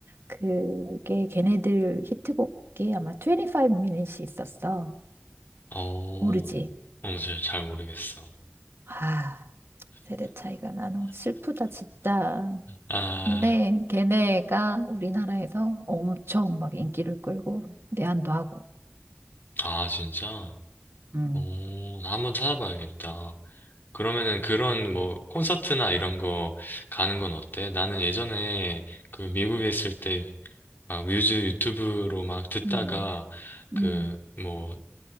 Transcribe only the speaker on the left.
오,
어, 잘, 잘 모르겠어.
아,
아, 진짜?
오, 나 한번 찾아봐야겠다. 그러면은 그런 뭐 콘서트나 이런 거 가는 건 어때? 나는 예전에 그 미국에 있을 때 막 뮤즈 유튜브로 막 듣다가
그
뭐